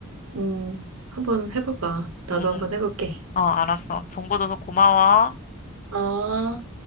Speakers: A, on the right (about 80°); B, on the left (about 35°).
A: 음, 한번 해봐봐. 나도
B: 음,
A: 한번 해볼게.
B: 어, 알았어. 정보 줘서 고마워.
A: 어.